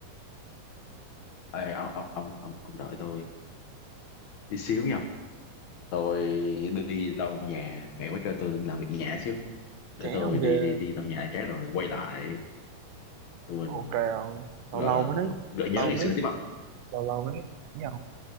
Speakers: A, on the left; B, on the right.
A: Ê, ông, ông, ông, ông, ông đợi tôi đi xíu nha tôi đi lau nhà mẹ mới cho tôi làm việc nhà xíu để
B: ké
A: tôi
B: không
A: đi
B: ghê
A: đi đi lau nhà cái rồi quay lại tụi mình
B: ok không lâu
A: gọi
B: lâu
A: là
B: mới nói
A: gợi nhớ
B: lâu
A: ngày
B: mới
A: xưa
B: nói
A: tiếp
B: chuyện
A: không
B: lâu lâu mới nói chuyện với ông